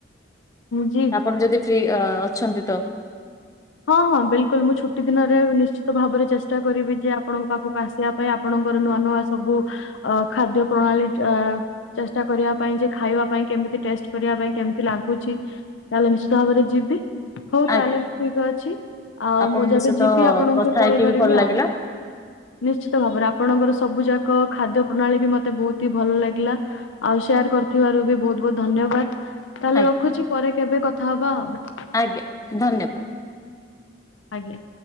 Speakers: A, on the left; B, on the left.
A: ଜି
B: ଆପଣ ଯଦି ଫ୍ରି ଅଛନ୍ତି ତ
A: ହଁ ହଁ ବିଲକୁଲ। ମୁଁ ଛୁଟି ଦିନରେ ନିଶ୍ଚିତ ଭାବରେ ଚେଷ୍ଟା କରିବି ଯେ, ଆପଣଙ୍କ ପାଖକୁ ଆସିବା ପାଇଁ ଆପଣଙ୍କର ନୂଆ ନୂଆ ସବୁ ଅ ଖାଦ୍ୟ ପ୍ରଣାଳୀ ଅ ଚେଷ୍ଟା କରିବା ପାଇଁ ଯେ, ଖାଇବା ପାଇଁ କେମିତି ଟେଷ୍ଟ କରିବା ପାଇଁ କେମ ଲାଗୁଛି ତାହେଲେ ନିଶ୍ଚିତ ଭାବରେ ଯିବି। ହଉ ତାହେଲେ
B: ଆଜ୍ଞା
A: ଠିକ ଅଛି ଆଉ
B: ଆପଣଙ୍କ
A: ମୁଁ ଯେବେ
B: ସହିତ
A: ଯିବି ଆପଣଙ୍କୁ
B: କଥା
A: କଲ
B: ହେଇକି
A: କରିବି
B: ବି ଭଲ ଲାଗିଲା।
A: ଆଉ। ନିଶ୍ଚିତ ଭାବରେ ଆପଣଙ୍କର ସବୁ ଯାକ ଖାଦ୍ୟ ପ୍ରଣାଳୀ ବି ମତେ ବହୁତ ହି ଭଲ ଲାଗିଲା। ଆଉ ସେୟାର କରିଥିବାରୁ ବି ବହୁତ ବହୁତ ଧନ୍ୟବାଦ। ତାହେଲେ
B: ଆଜ୍ଞା
A: ରଖୁଛି, ପରେ କେବେ କଥା ହବା ଆଉ।
B: ଆଜ୍ଞା ଧନ୍ୟବାଦ।
A: ଆଜ୍ଞା।